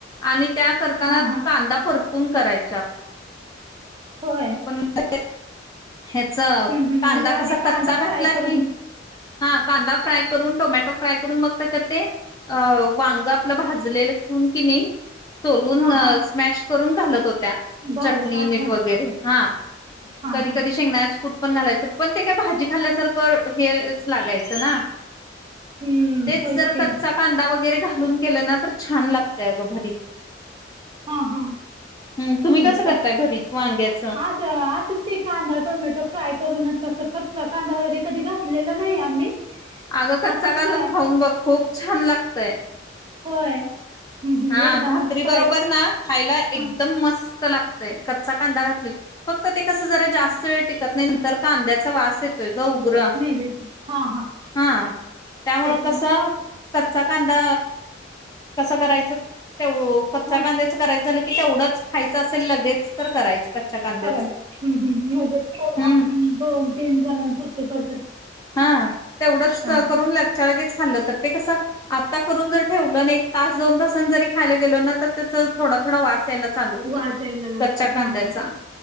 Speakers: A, on the left; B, on the right.
A: आणि त्या करताना
B: हा हा
A: कांदा परतून करायच्या
B: होय
A: पण म ह्याच
B: हम्म हम्म
A: कांदा
B: म्हणजे आधी
A: कसा
B: कांदा
A: कच्चा घातला
B: फ्राय करून
A: की हा कांदा फ्राय करून टोमॅटो फ्राय करून मग त्याच्यात ते अ वांग आपलं भाजलेलं घेऊन कणी सोलून
B: हा हा
A: स्मॅश करून घालत होत्या
B: घालत
A: चटणी
B: अच्छा
A: मीठ वगैरे हा
B: हा
A: कधी
B: हा
A: कधी शेंगदाण्याचे कूट कूट पण घालायच पण ते काय भाजी खाल्ल्यासारखं हेच लागायचं ना
B: हम्म
A: तेच
B: होय
A: जर
B: की
A: कच्चा कांदा वगैरे घालून केलं ना तर छान लागतय अगं भरीत
B: हा हा
A: हम्म
B: म्हणजे
A: तुम्ही कसं करताय
B: क
A: भरीत वांग्याचं
B: असं असंच की कांदा टोमॅटो फ्राय करूनच तसं कच्चा कांदा वगैरे कधी घातलेला नाही आम्ही
A: अगं कच्चा
B: असंच
A: घालून
B: फ्राय
A: खाऊन बघ खूप छान लागतय
B: होय हम्म हम्म
A: हा
B: एकदमच
A: भाकरी
B: फ्राय
A: बरोबर ना खायला एकदम
B: हा
A: मस्त लागतय कच्चा कांदा घातलं की फक्त ते कस जरा जास्त
B: हा
A: वेळ टिकत नाही नंतर कांद्याचा वास येतोय ग उग्र
B: स्मेल येते हा
A: हा त्यामुळं
B: त्याच्या
A: कसं कच्चा कांदा कसा करायचं ते कच्च्या
B: हा
A: कांद्याचं करायच झालं की तेवढंच खायचं असेल लगेच तर करायचं कच्च्या कांद्याचं
B: करायच म्हणजे
A: हम्म
B: आपण दोन तीन जनानपुरती कर
A: हा तेवढंच
B: हा
A: करून लगच्या लगेच खाल्लं तर ते कसं आता करून जर ठेवलं आणि एक दोन तासानंतर खायला गेलो ना त्याच थोडं थोडा वास यायला चालू होतोय,
B: वाचायला लागत
A: कच्चा कांद्याचा
B: हा हा